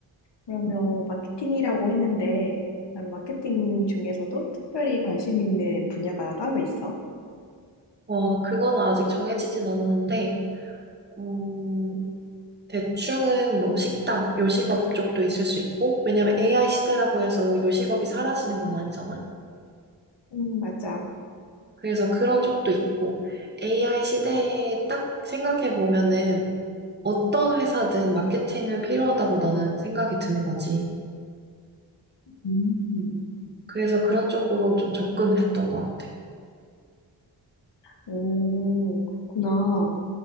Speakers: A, on the left; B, on the right.
A: 그러면 마케팅이라고 했는데, 그럼 마케팅 중에서도 특별히 관심 있는 분야가 따로 있어?
B: 어, 그거는 아직 정해지진 않았는데 음, 대충은 뭐 식당, 요식업 쪽도 있을 수 있고, 왜냐면 AI 시대라고 해서 요식업이 사라지는 건 아니잖아?
A: 음, 맞아.
B: 그래서 그런 쪽도 있고, AI 시대에 딱 생각해 보면은 어떤 회사든 마케팅을 필요하다고 나는 생각이 드는 거지.
A: 음,
B: 그래서 그런 쪽으로 좀 접근을 했던 것 같아.
A: 오, 그렇구나.